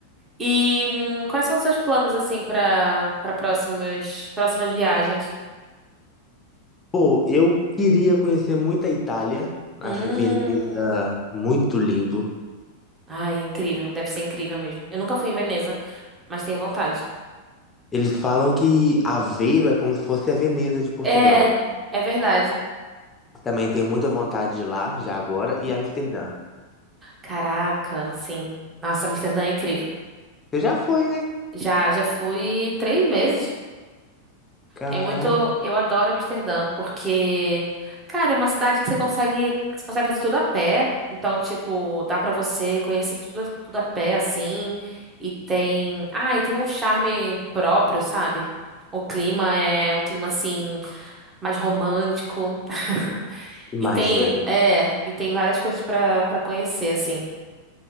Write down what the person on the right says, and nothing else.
E hum, quais são os seus planos assim pra para próximas próximas viagens?
Hum,
ai, incrível, deve ser incrível mesmo. Eu nunca fui em Veneza. mas tenho vontade.
É,
é verdade.
Caraca, sim. Nossa, Amsterdã é incrível.
Já, já fui três vezes.
É muito, eu adoro Amsterdã, porque, cara, é uma cidade que você consegue, você consegue fazer tudo a pé. Então, tipo, dá pra você conhecer tudo, tudo a pé, assim. E tem, ah, e tem um charme próprio, sabe? O clima é um clima assim mais romântico. <laughs>
E tem, é, e tem várias coisas pra para conhecer, assim.